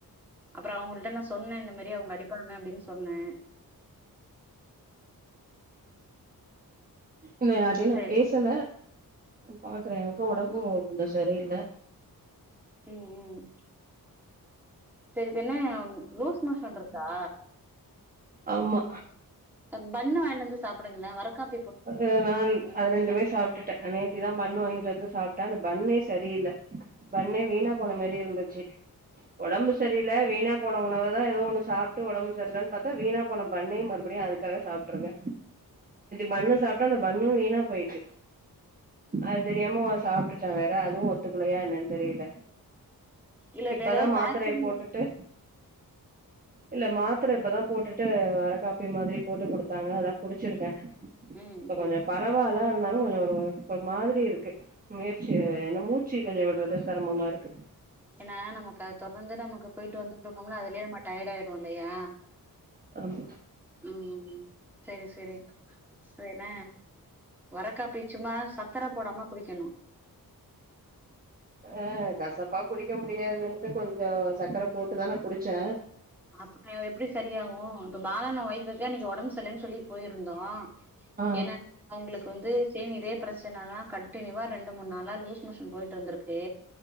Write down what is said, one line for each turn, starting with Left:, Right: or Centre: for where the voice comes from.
Centre: அப்பறோ அவுங்கள்ட்ட நா சொன்ன இந்த மாரி அவங்க அடிப்பாங்க அப்டின்னு சொன்னே
Right: இத யார்டயு நா
Centre: செரி
Right: பேசல பாக்குறே எனக்கு ஒடம்பு ஒ கொஞ்ச சரி இல்ல
Centre: ம் ம் செரிதென்ன லூஸ் மோஷன் இருக்கா
Right: ஆமா
Centre: த பண்ணு வாய்ண்டு வந்து சாப்புடுங்ளே வரக்காப்
Right: அது நான் அது ரெண்டுமே சாப்ட்டுட்டே நேத்திதா பண்ணு வாங்கிட்டு வந்து சாப்ட்ட அந்த பண்ணே சரியில்ல பண்ணே வீணா போன மாரியே இருந்துச்சு ஒடம்பு சரி இல்ல வீணாப் போன உணவு தா எதோ ஒன்னு சாப்ட்டு ஒடம்பு சரிலன்பாத்தா வீணா போன பண்ணே மறுபடியு அதுக்காக சாப்ட்டுருக்க பண்ணு சாப்ட்டா அந்த பண்ணு வீணா போயிட்டு அது தெரியாம ஒ சாப்ட்டுட்ட வேற அதுவு ஒத்துக்கலையா என்னனு தெரியல
Centre: இல்ல
Right: இப்பதா
Centre: வேற
Right: மாத்திரைய
Centre: பேக்கரி
Right: போட்டுட்டு இல்ல மாத்திர இப்பதா போட்டுட்டு வேற காப்பி மாதிரி போட்டு குடுத்தாங்க அதா குடிச்சிருக்கே
Centre: ம்
Right: இப்ப
Centre: ம்
Right: கொஞ்ச பரவால இருந்தாலு கொஞ்சொ ஒரு ஒரு மாதிரி இருக்கு முயற்சி வே என்ன மூச்சு கொஞ்ச விடுறது செரமமா இருக்கு
Centre: ஏன்னா நமக்கு அது தொடர்ந்து நமக்கு போயிட்டு வந்துட்டு இருக்கோம்ல அதுலயே நம்ம டயர்ட் ஆய் டுவோ இல்லையா
Right: ஆமா
Centre: ம் செரி செரி சொ என்ன வரக்காப்பி சும்மா சக்கர போடாம குடிக்கணு
Right: ஆ கசப்பா குடிக்க முடியாதுன்ட்டு கொஞ்சோ சக்கர போட்டுதா நா குடிச்சே
Centre: அப்புற எப்டி சரியாகு இப்ப பாலாண்ண ஒய்ஃபுக்கு இன்னைக்கு ஒடம்பு சரில்லன்னு சொல்லி போயிருந்தோ
Right: ஆ
Centre: என்ன அவுங்களுக்கு வந்து சேம் இதே பிரச்சனதா கண்டினியூவா ரெண்டு மூணு நாளா லூஸ் மோஷன் போயிட்டு இருந்திருக்கு